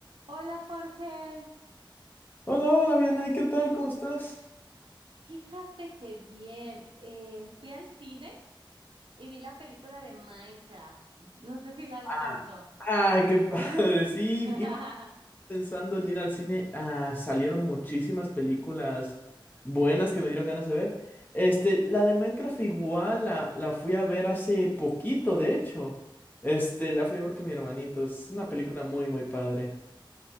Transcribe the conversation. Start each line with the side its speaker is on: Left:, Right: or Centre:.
Right: Hola Jorge,
Left: Hola, hola, Vianey, ¿qué tal? ¿Cómo estás?
Right: fíjate que bien, eh, fui al cine y vi la película de Minecraft. No sé si la has
Left: Ah,
Right: visto.
Left: Ay, qué <laughs> padre. Sí,
Right: <laughs>
Left: igual pensando en ir al cine, ah, salieron muchísimas películas buenas que me dieron ganas de ver. Este, la de Minecraft igual la, la fui a ver hace poquito, de hecho. Este, la fui a ver con mi hermanito. Es una película muy, muy padre.